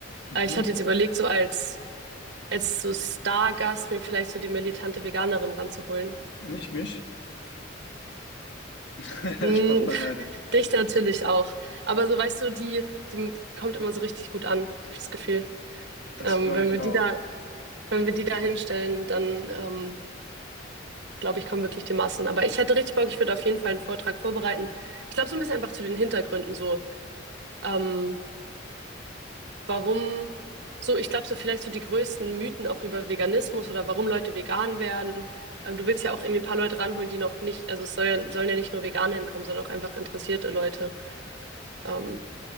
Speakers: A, on the left (about 65°); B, on the right (about 60°).
A: Mhm.
B: Äh, ich hatte jetzt überlegt, so als, als so Stargast mir vielleicht so die militante Veganerin ranzuholen.
A: Nicht mich. <laughs>
B: Hm,
A: Spaß beiseite.
B: Dich natürlich auch. Aber so weißt du, die, die kommt immer so richtig gut an, hab ich das Gefühl.
A: Das
B: Ähm,
A: glaube
B: wenn
A: ich
B: wir
A: auch.
B: die da, wenn wir die da hinstellen, dann ähm, glaube ich, kommen wirklich die Massen. Aber ich hätte richtig Bock, ich würde auf jeden Fall einen Vortrag vorbereiten. Ich glaube, so ein bisschen einfach zu den Hintergründen, so ähm, warum, so ich glaube, so vielleicht so die größten Mythen auch über Veganismus oder warum Leute vegan werden. Ähm, du willst ja auch irgendwie ein paar Leute ranholen, die noch nicht, also es soll ja, sollen ja nicht nur Veganer hinkommen, sondern auch einfach interessierte Leute. Ähm,